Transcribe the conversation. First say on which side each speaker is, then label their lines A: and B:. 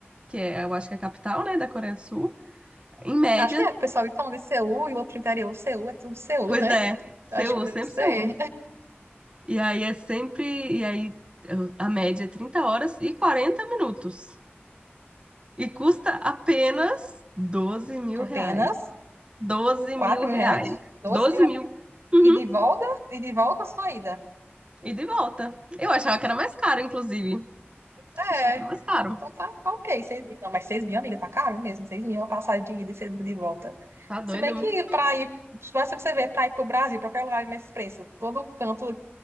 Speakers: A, on the right; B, on the right.
A: que é, eu acho que é a capital, né, da Coreia do Sul, em média,
B: acho que é, o pessoal falando de Seul e o outro interior. Seul é tudo Seul,
A: pois
B: né?
A: é, Seul,
B: Acho que deve
A: sempre
B: ser.
A: Seul. E aí é sempre. E aí eu- a média é 30 horas e 40 minutos. E custa apenas doze mil
B: Apenas
A: reais. doze
B: 4
A: mil reais.
B: mil reais? 12
A: doze
B: mil reais.
A: mil. Uhum.
B: E de volta? E de volta a saída.
A: E de volta. Eu achava que era mais caro, inclusive.
B: É.
A: Achava que era mais caro.
B: Então tá, tá ok, 6 mil. Não, mas 6 mil, amiga, tá caro mesmo. seis mil é uma passagem de ida e 6 mil de volta.
A: Tá doida,
B: Se bem
A: é muito.
B: que pra ir, se você vê pra ir pro Brasil, pra qualquer lugar, é o mesmo preço. Todo canto